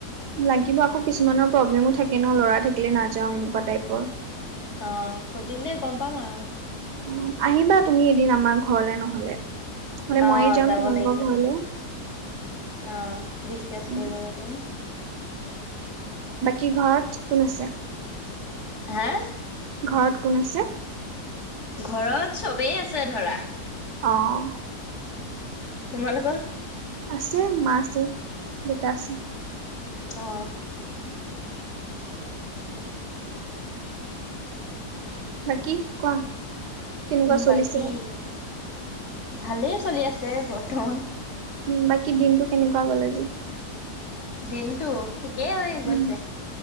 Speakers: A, on the right; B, on the left.
A: লাগিব আকৌ কিছুমানৰ প্ৰব্লেমো থাকে ন ল'ৰা থাকিলে নাযাওঁ এনেকুৱা টাইপৰ।
B: অ সুধিলে গম পাম আৰু।
A: উম আহিবা তুমি এদিন আমাৰ ঘৰলে নহলে। নহ'লে
B: অহ
A: ময়ে যাম
B: যাব
A: তোমালোকৰ
B: লাগিব
A: ঘৰলে
B: অহ ডিচকাচ
A: উম
B: কৰি ল'ব পাৰিম
A: কি ঘৰত কোন আছে।
B: হা।
A: ঘৰত কোন আছে।
B: ঘৰত চবেই আছে ধৰা।
A: আহ।
B: তোমালোকৰ।
A: আছে মা আছে, দেতা আছে।
B: অ।
A: বাকী কোৱা। কেনেকুৱা চলিছে
B: বাকী। ভালেই চলি আছে বৰ্তমান।
A: উম বাকী দিনটো কেনেকুৱা গ'ল আজি।
B: দিনটো ঠিক কেই হৈ গৈছে।
A: উম